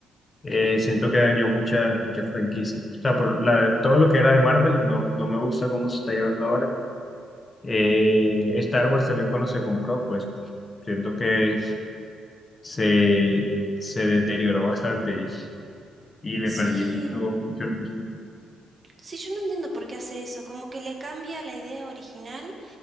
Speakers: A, on the left; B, on the right.
A: Eh, siento que dañó muchas, muchas franquicias. O sea, por la- todo lo que era de Marvel no, no me gusta cómo se está llevando ahora. Eh, Star Wars también cuando se compró, pues siento que se, se deterioró bastante y, y le
B: Sí,
A: perdí mucho, mucho el gusto.
B: sí, yo no entiendo por qué hace eso, como que le cambia la idea original